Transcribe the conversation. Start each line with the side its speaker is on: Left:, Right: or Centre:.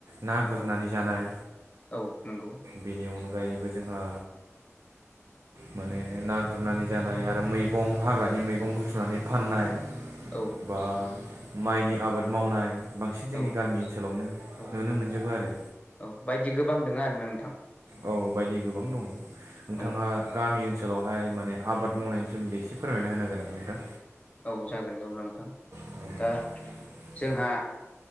Right: ना गुरनानै
Left: औ
Right: जानाय
Left: औ नंगौ
Right: बेनि अनगायैबो जोंहा माने ना गुरनानै जानाय आरो मैगं
Left: औ
Right: हाग्रानि मैगं बुथुमनानै फाननाय
Left: औ औ
Right: बा माइनि आबाद मावनाय। बांसिन जोंनि
Left: औ
Right: गामि ओनसोलावनो
Left: औ
Right: नुनो मोनजोबो आरो।
Left: औ बायदि गोबां दोङो आरोना नोंथां
Right: औ बायदि गोबां दङ नोंथाङा
Left: औ
Right: गामि ओनसोलाव सोलावहाय माने आबाद मावनायनि सोमोन्दै एसे फोरमायना होनो हागोन नामा नोंथां?
Left: औ जागोन दे अब्ला नोंथां
Right: गामि
Left: दा जोंहा
Right: ओनसोलाव